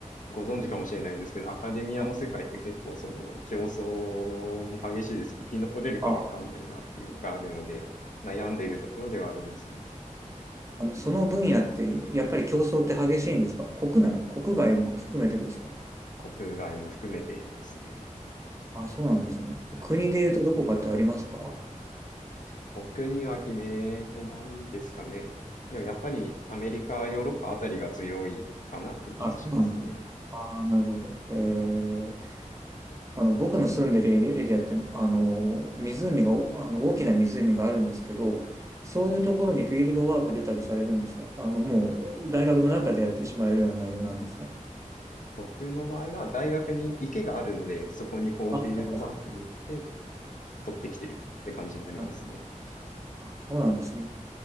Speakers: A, on the left; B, on the right.
A: ご存知かもしれないですけど、アカデミアの世界って結構その競争
B: あ、
A: も激しいです。生き残れるかわかんないなっていうのがあるので、
B: あ
A: 悩んでいるところではありますね。
B: あの、その分野って、やっぱり競争って激しいんですか国内、国外も含めてですか
A: 国外も含めてですね。
B: あ、そうなんですね。
A: はい。
B: 国で言うとどこかってありますか
A: 特には決めてないですかね。でもやっぱりアメリカ、ヨーロッパあたりが強いかなって気がしますね。
B: あ、そうなんですね。ああ、なるほど。えー、あの、僕の住んでるエリエリアって、あの、湖が、おあの、大きな湖があるんですけど、そういうところにフィールドワーク出たりされるんですかあの、もう、大学の中でやってしまえるような内容なんですか
A: 僕の場合は大学に池があるので、そこにこうフィールドワークに行って
B: あ、そうか
A: 取ってきてるって感じになりますね。
B: なるあそうなんですね。